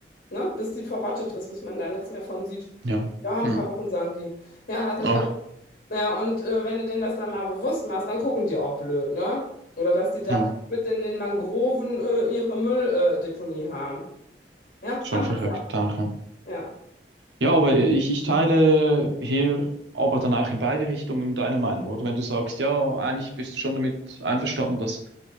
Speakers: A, on the left (about 50°); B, on the right (about 80°).
A: Ne? Bis die verrottet ist, bis man da nichts mehr von sieht.
B: ja,
A: Ja, ein
B: hm,
A: paar Wochen, sagen die. Ja, sag ich
B: ah,
A: ja, ja, und äh, wenn du denen das dann mal bewusst machst, dann gucken die auch blöd, ne? Oder dass die da
B: hm,
A: mit in den Mangroven äh, ihre Mülldeponie äh, Deponie haben. Ja,
B: schon
A: am
B: verrückt,
A: Wasser.
B: danke.
A: Ja,
B: Ja, aber ich, ich teile hier aber dann auch in beide Richtungen deine Meinung, oder? Wenn du sagst, ja, eigentlich bist du schon damit einverstanden, dass